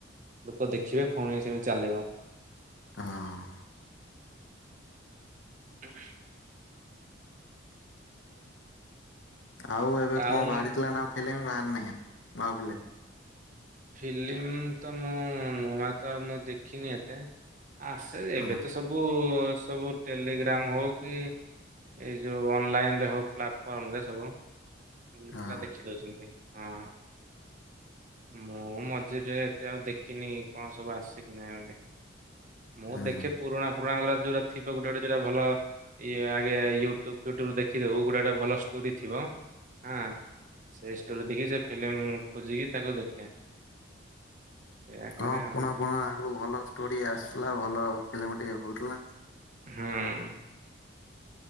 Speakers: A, on the right (about 40°); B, on the left (about 75°).
A: ଲୋକ ଦେଖିବେ ପୁଣି ସେମିତି ଚାଲିବ।
B: ହଁ।
A: ହୁ।
B: ଆଉ ଏବେ
A: ଟାଉନ
B: କଣ ବାହାରିଥିଲା ନା ଫିଲ୍ମ ବାହାରି ନି ନୂଆ ଫିଲ୍ମ।
A: ଫିଲ୍ମ ତ ମୁଁ ନୂଆ ତ ମୁଁ ଦେଖିନି ଏତେ। ଆ ସେ ଏବେ
B: ହଁ
A: ତ ସବୁ ସବୁ। ଟେଲିଗ୍ରମ୍ ହଉ କି ଏଇ ଯେଉ ଅନଲାଇନ ରେ ହଉ ପ୍ଲାଟଫର୍ମ ରେ ସବୁ। ପିଲା
B: ହଁ
A: ଦେଖି ଦଉଛନ୍ତି ହଁ। ମୁଁ ମଝିରେ ଏତେ ଆଉ ଦେଖିନି କଣ ସବୁ ଆସେ କିି ନାଇଁ ବୋଲି। ମୁଁ
B: ହୁଁ
A: ଦେଖେ ପୁରୁଣା ପରୁଣା ହେରା ଯଉଟା ଥିବ ଗୋଟେ ଗୋଟେ ଦିଇଟା ଭଲ ଇଏ ଆଗେ ୟୁଟ୍ୟୁବ ଫ୍ୟୁଟ୍ୟୁବ ଦେଖିଦଉ। ଗୋଟେ ଗୋଟେ ଭଲ ଷ୍ଟୋରି ଥିବ ହଁ। ସେ ଷ୍ଟୋରି ଦେଖି ସେ ଫିଲ୍ମ ଖୋଜିକି ତାକୁ ଦେଖେ। ସେଇଆ କରେ
B: ହଁ
A: ଆଉ।
B: ପୁରୁଣା ଫୁରୁଣା ଆଗରୁ ଭଲ ଷ୍ଟୋରି ଆସୁଥିଲା ଭଲ ଫିଲ୍ମ ଟିକେ ହଉଥିଲା।
A: ହୁଁ।